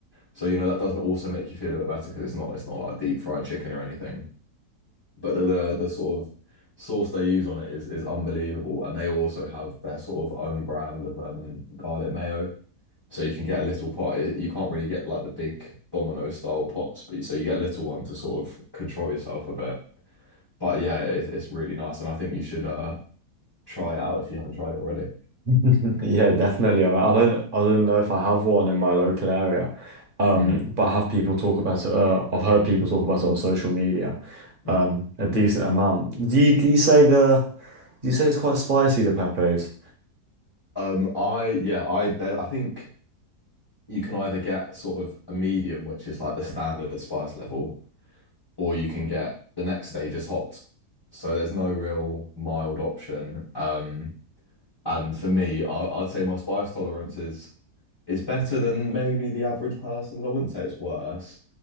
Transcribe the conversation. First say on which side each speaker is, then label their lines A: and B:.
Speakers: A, on the left (about 15°); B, on the right (about 40°).
A: So you know that does also make you feel a bit better because it's not it's not like deep fried chicken or anything. But the, the the sort of sauce they use on it is is unbelievable. And they also have their sort of own brand of um garlic mayo. So you can get a little pot. It- You can't really get like the big Domino style pots, but you- so you get a little one to sort of control yourself a bit. But yeah, it's, it's really nice, and I think you should uh try it out if you haven't tried it already.
B: <laughs> Yeah, definitely. I mean, I don't, I don't know if I have one in my local area, um,
A: Mm.
B: but I have people talk about it. Uh, I've heard people talk about it on social media,
A: Mm.
B: um, a decent amount. Do you, do you say the, do you say it's quite spicy, the pepes?
A: Um, I yeah, I there, I think you can either get sort of a medium, which is like the standard spice level, or you can get the next stage is hot. So there's no real mild option. Um, and for me, I, I'd say my spice tolerance is is better than maybe the average person's. I wouldn't say it's worse,